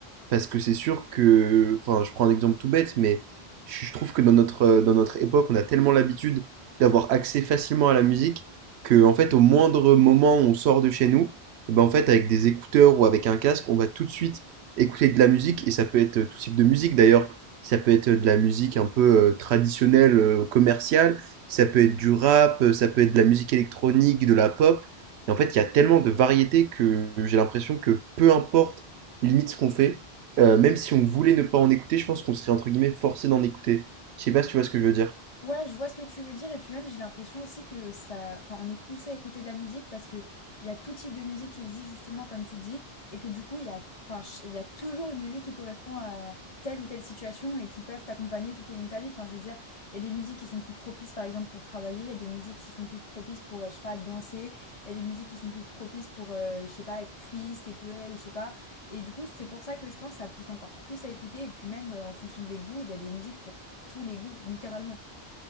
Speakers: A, on the right (about 90°); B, on the left (about 40°).
A: Parce que c'est sûr que, enfin, je prends un exemple tout bête, mais je je trouve que dans notre, euh, dans notre époque, on a tellement l'habitude d'avoir accès facilement à la musique que, en fait, au moindre moment où on sort de chez nous, et ben, en fait, avec des écouteurs ou avec un casque, on va tout de suite écouter de la musique. Et ça peut être euh, tout type de musique d'ailleurs. Ça peut être de la musique un peu euh, traditionnelle, euh, commerciale. Ça peut être du rap, euh, ça peut être de la musique électronique, de la pop. Et en fait, il y a tellement de variétés que j'ai l'impression que peu importe limite ce qu'on fait, euh, même si on voulait ne pas en écouter, je pense qu'on serait entre guillemets forcé d'en écouter. Je sais pas si tu vois ce que je veux dire.
B: Ouais, je vois ce que tu veux dire et puis même j'ai l'impression aussi que ça, enfin, on est poussé à écouter de la musique parce que il y a tout type de musique qui existe justement comme tu dis et que du coup il y a, enfin, ch- il y a toujours une musique qui correspond à telle ou telle situation et qui peuvent t'accompagner tout au long de ta vie. Enfin, je veux dire, il y a des musiques qui sont plus propices par exemple pour travailler, il y a des musiques qui sont plus propices pour, euh, je sais pas, danser, il y a des musiques qui sont plus propices pour, euh, je sais pas, être triste et pleurer ou je sais pas. Et du coup c'est pour ça que je pense que ça pousse encore plus à écouter et puis même euh, en fonction des goûts, il y a des musiques pour tous les goûts littéralement.